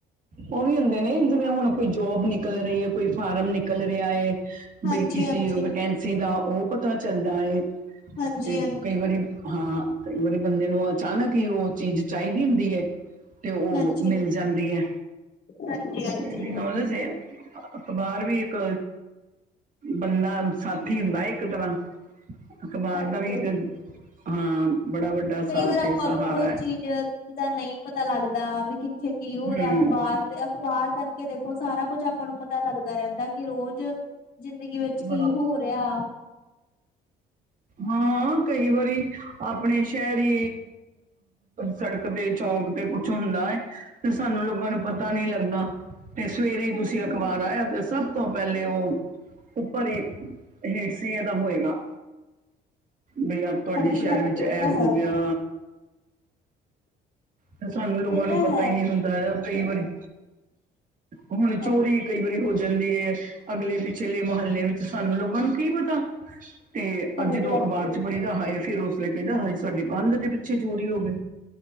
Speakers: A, on the right; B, on the left.
A: ਉਹ ਵੀ ਹੁੰਦੇ ਨੇ ਜਿਵੇਂ ਹੁਣ ਕੋਈ ਜੋਬ ਨਿਕਲ ਰਹੀ ਹੈ ਕੋਈ ਫਾਰਮ ਨਿਕਲ ਰਿਆ ਏ
B: ਹਾਂਜੀ,
A: ਬਈ ਕਿਸੇ
B: ਹਾਂਜੀ,
A: ਵੈਕੈਂਸੀ ਦਾ ਉਹ ਪਤਾ ਚੱਲਦਾ ਹੈ
B: ਹਾਂਜੀ,
A: ਤੇ
B: ਹਾਂਜੀ,
A: ਕਈ ਵਾਰੀ ਹਾਂ, ਕਈ ਵਾਰੀ ਬੰਦੇ ਨੂੰ ਅਚਾਨਕ ਹੀ ਉਹ ਚੀਜ਼ ਚਾਹੀਦੀ ਹੁੰਦੀ ਏ ਤੇ ਉਹ
B: ਹਾਂਜੀ,
A: ਮਿਲ ਜਾਂਦੀ ਹੈ।
B: ਹਾਂਜੀ, ਹਾਂਜੀ,
A: ਇਹ ਵੀ ਨੌਲੇਜ ਏ ਅਖਬਾਰ ਵੀ ਇੱਕ ਬੰਦਾ ਸਾਥੀ ਹੁੰਦਾ, ਇੱਕ ਤਰ੍ਹਾਂ ਅਖਬਾਰ
B: ਹਾਂਜੀ।
A: ਦਾ ਵੀ ਇੱਕ ਹਾਂ, ਬੜਾ ਵੱਡਾ
B: ਕਈ
A: ਸਾਥ
B: ਵਾਰ ਆਪਾਂ
A: ਹੈ ਸਹਾਰਾ
B: ਨੂੰ ਕੋਈ
A: ਹੈ
B: ਚੀਜ਼ ਦਾ ਨਹੀਂ ਪਤਾ ਲੱਗਦਾ ਵੀ ਕਿੱਥੇ ਕੀ ਹੋ ਰਿਹਾ
A: ਹੂੰ
B: ਅਖਬਾਰ ਤੇ ਅਖ਼ਬਾਰ ਕਰਕੇ ਦੇਖੋ ਸਾਰਾ ਕੁੱਝ ਆਪਾਂ ਨੂੰ ਪਤਾ ਲੱਗਦਾ ਰਹਿੰਦਾ, ਕਿ ਰੋਜ਼ ਜ਼ਿੰਦਗੀ ਵਿੱਚ ਕੀ
A: ਬੜਾ
B: ਹੋ ਰਿਆ
A: ਹਾਂ ਕਈ ਵਾਰੀ ਆਪਣੇ ਸ਼ਹਿਰੀ ਸੜਕ ਤੇ, ਚੌਂਕ ਤੇ ਕੁਛ ਹੁੰਦਾ ਹੈ, ਤੇ ਸਾਨੂੰ ਲੋਕਾਂ ਨੂੰ ਪਤਾ ਨੀ ਲੱਗਦਾ ਤੇ ਸਵੇਰੇ ਹੀ
B: ਹਾਂਜੀ
A: ਤੁਸੀਂ ਅਖ਼ਬਾਰ
B: ਹਾਂਜੀ
A: ਆਇਆ ਤੇ ਸਭ ਤੋਂ ਪਹਿਲੇ ਉਹ ਉੱਪਰ ਹੀ ਹੈਸੀਏ ਦਾ ਹੋਏਗਾ ਬਈ ਆਂ, ਤੁਹਾਡੇ
B: ਹਾਂਜੀ
A: ਸ਼ਹਿਰ
B: ਹਾਂਜੀ
A: ਵਿੱਚ ਇਹ
B: ਤਾਂ
A: ਹੋ
B: ਹੈ
A: ਗਿਆ ਤੇ ਸਾਨੂੰ ਲੋਕਾਂ
B: ਇਹ
A: ਨੂੰ
B: ਤਾਂ
A: ਪਤਾ
B: ਹੈ
A: ਹੀ ਨਹੀਂ ਹੁੰਦਾ ਹੈ, ਕਈ ਵਾਰੀ ਹੁਣ ਚੋਰੀ
B: ਹਾਂਜੀ
A: ਕਈ ਵਾਰੀ ਹੋ ਜਾਂਦੀ ਏ ਅਗਲੇ- ਪਿਛਲੇ ਮੁਹੱਲੇ ਵਿੱਚ ਸਾਨੂੰ ਲੋਕਾਂ ਨੂੰ ਕੀ ਪਤਾ, ਤੇ
B: ਹਾਂਜੀ
A: ਆ ਜਦੋਂ
B: ਹਾਂਜੀ
A: ਅਖ਼ਬਾਰ ਚ ਕਹਿੰਦਾ ਹਾਏ ਫਿਰ ਉਸ ਲੇ ਕਹਿੰਦਾ ਹਾਏ! ਸਾਡੇ ਕੰਧ ਦੇ ਪਿੱਛੇ ਚੋਰੀ ਹੋ ਗਏ